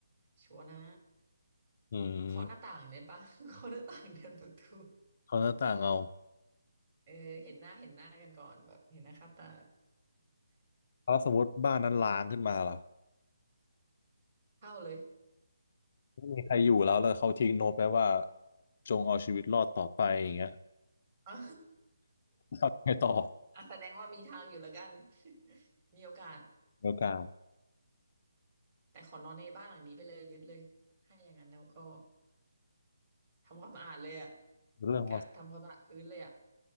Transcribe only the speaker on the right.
ชัวร์นะ
เคาะหน้าต่างเลยปะ <laughs> เคาะหน้าต่างเดินประตู
เออเห็นหน้าเห็นหน้ากันก่อนแบบเห็นหน้าค่าตา
เข้าเลย
<laughs> อ่ะ
อ่ะแสดงว่ามีทางอยู่แล้วกัน <laughs> มีโอกาส
แต่ขอนอนในบ้านหลังนี้ไปเลยยึดเลยให้าอย่างนั้นแล้วก็ ทำความสะอาดเลยอ่ะ
กะทำความสะอาดพื้นเลยอ่ะ